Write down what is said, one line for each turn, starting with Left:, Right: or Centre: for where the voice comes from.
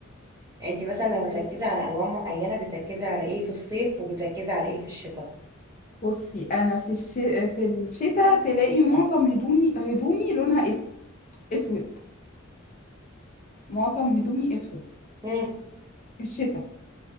Right: يعني انت مثلا لو هتركزي
Left: مم.
Right: على الوان معينه بتركزي على ايه في الصيف وبتركزي على ايه في الشتاء
Left: بصي انا في الش... في الشتاء تلاقي معظم هدومي هدومي لونها اس... اسود معظم هدومي اسود
Right: امم
Left: في الشتاء